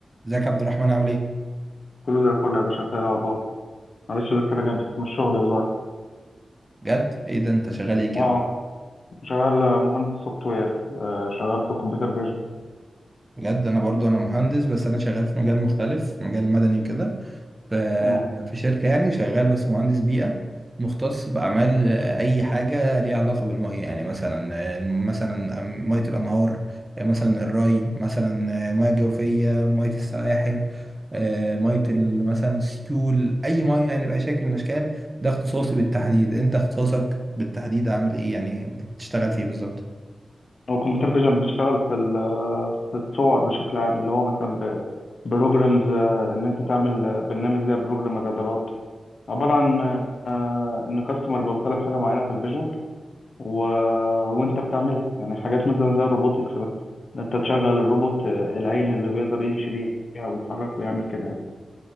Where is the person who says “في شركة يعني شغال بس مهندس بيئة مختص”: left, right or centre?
Right